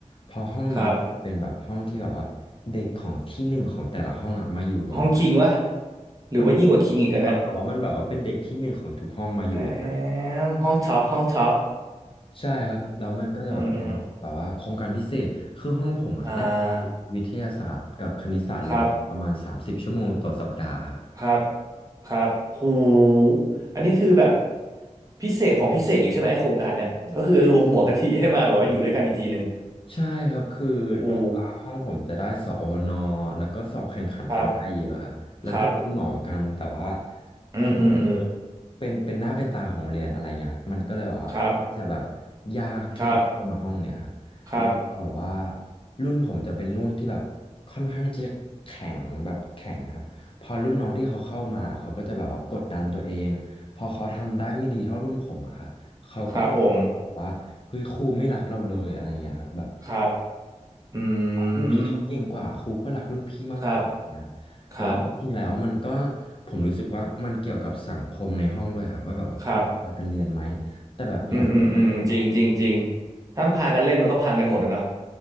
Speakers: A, on the left; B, on the right.
A: พอห้องนี้มันจะเป็นแบบห้องที่แบบว่าเด็กของที่หนึ่งของแต่ละห้องอ่ะมาอยู่รวมกัน
B: ครับห้องคิงวะหรือว่ายิ่งกว่าคิงอีกอะเนี่ย
A: มันครับแต่ว่ามันแบบว่าเป็นเด็กที่หนึ่งของทุกห้องมาอยู่ด้วยกันอะ
B: แตมห้องช็อปห้องช็อป
A: ใช่ครับแล้วมันก็จะแบบเป็นห้องแบบว่าโครงการพิเศษคือห้องผมอ่ะได้
B: อืมอมอ่า
A: วิทยาศาสตร์กับคณิตศาสตร์รวมประมาณสามสิบชั่วโมงต่อสัปดาห์ครับ
B: ครับ ครับครับหูอันนี้คือแบบพิเศษของพิเศษอีกใช่ไหมไอ้โครงการเนี้ยก็คือรวมหัวกะทิให้มาแบบว่าอยู่ด้วยกันอีกทีหนึ่ง
A: ใช่ครับคือโรงอ่าห้องผมจะได้สอนแล้วก็สอบแข่งขันกันได้เยอะครับแล้วก็เป็นหมอกัน
B: หูครับครับ
A: แต่ว่า
B: อืมอืมอืม
A: คือเป็นเป็นหน้าเป็นตาของเรียนอะไรเงี้ยครับมันก็เลยแบบว่าค่อนข้างจะแบบ
B: ครับ
A: ยากที่จะเข้ามาห้องเนี่ยครับแล้วก็แบบว่า
B: ครับครับ
A: รุ่นผมจะเป็นรุ่นที่แบบค่อนข้างจะแข็งแบบแข็งครับพอรุ่นน้องที่เขาเข้ามาเขาก็จะแบบว่ากดดันตัวเอง พอเขาทำได้ไม่ดีเท่ารุ่นผมอะครับเขาก็จะ
B: ครับผม
A: แบบว่าเฮ้ยครูไม่รักเราเลยอะไรเงี้ยครับแบบ
B: ครับอื
A: รุ่นพี่เขาเก่งกว่าครูก็รักรุ่นพี่มากกว่าอย่างเงี้ย
B: มครับ
A: แต่ว่าจริงๆแล้วมันก็
B: ครับ
A: ผมรู้สึกว่ามันเกี่ยวกับสังคมในห้องด้วยครับว่าแบบว่าเราพากันเรียนไหม
B: ครับ
A: แต่แบบอย่างเพื่อนผม
B: อืมอืมอืมอืมจริงจริงจริงถ้าพากันเล่นมันก็พังกันหมดแล้วเนาะ